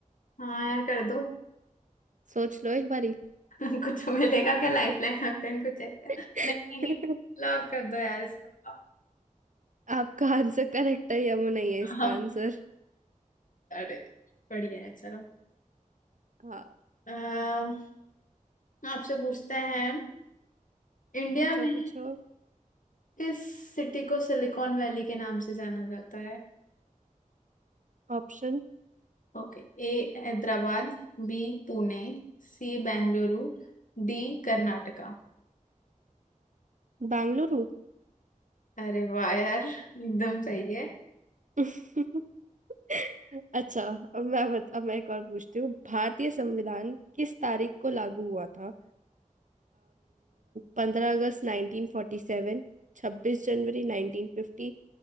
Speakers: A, on the left; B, on the right.
A: हाँ यार कर दो
B: सोच लो एक बारी
A: <laughs> कुछ मिलेगा क्या लाइफ लाइन वैफलाइन कुछ है क्या
B: <laughs>
A: नहीं नहीं, नहीं लॉक कर दो यार इसका
B: आपका आंसर करेक्ट है यमुना ही है इसका
A: हाँ
B: आंसर
A: अरे बढ़िया है चलो
B: हाँ
A: अह, आपसे पूछते हैं इंडिया
B: पूछो
A: में
B: पूछो
A: किस सिटी को सिलिकॉन वैली के नाम से जाना जाता है
B: ऑप्शन
A: Okay A Hyderabad B Pune C Bengaluru D Karnataka
B: बेंगलुरु
A: अरे वाह यार एकदम सही है
B: <laughs> अच्छा अब मैं बत, अब मैं एक और पूछती हूँ भारतीय संविधान किस तारीख को लागू हुआ था पंद्रह अगस्त नाइनटीन फोर्टी सेवन छब्बीस जनवरी नाइनटीन फिफ्टी